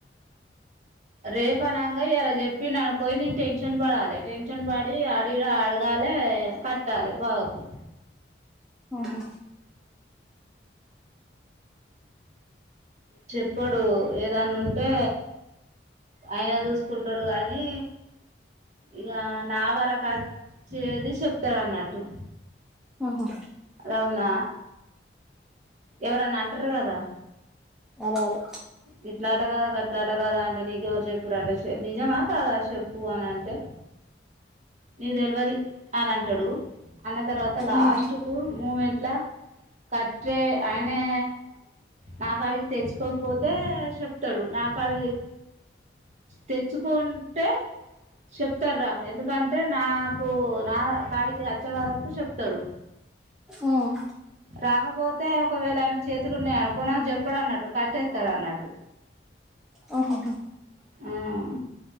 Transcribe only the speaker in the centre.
ఆహా
ఆహా
అరే అరే
ఉమ్
ఉమ్
ఓహోహో